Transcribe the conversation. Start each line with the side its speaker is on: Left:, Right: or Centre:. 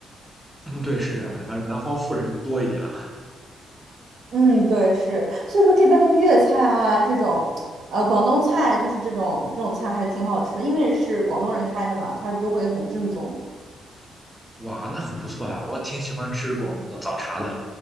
Centre: 嗯，对，是这样的，反正南方富人多一点啊。
Right: 嗯，对，是，所以说这边的粤菜啊，这种，呃，广东菜就是这种这种菜还挺好吃的，因为是广东人开的嘛，它就会很正宗。
Centre: 哇，那很不错呀，我挺喜欢吃广东的早茶的，